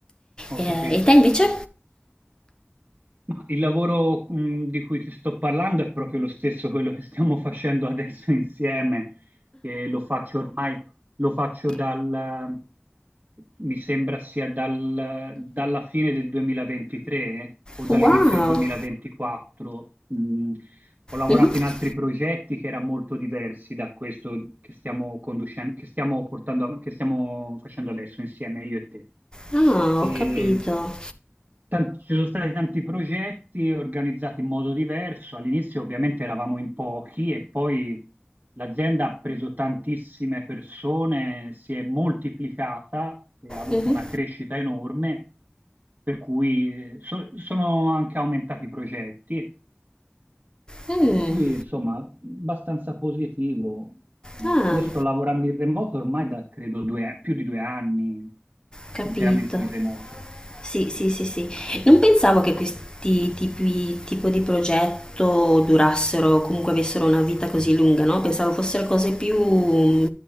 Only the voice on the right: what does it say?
ho
capito.
Ma il lavoro, mh, di cui ti sto parlando è proprio lo stesso, quello che stiamo facendo adesso <laughs> insieme, e lo faccio ormai, lo faccio dal, mi sembra sia dal- dalla fine del 2023 o
dall'inizio del 2024. Mh, ho lavorato
in altri progetti che erano molto diversi da questo che stiamo conducendo, che stiamo portando, av- che stiamo facendo adesso insieme, io e te.
E
Tan- Ci sono stati tanti progetti organizzati in modo diverso. All'inizio ovviamente eravamo in pochi e poi l'azienda ha preso tantissime persone, si è moltiplicata e ha avuto
una crescita enorme, per cui eh, so- sono anche aumentati i progetti,
per cui insomma abbastanza positivo. Insomma,
io sto lavorando in remoto ormai da credo due- più di due anni
interamente in remoto.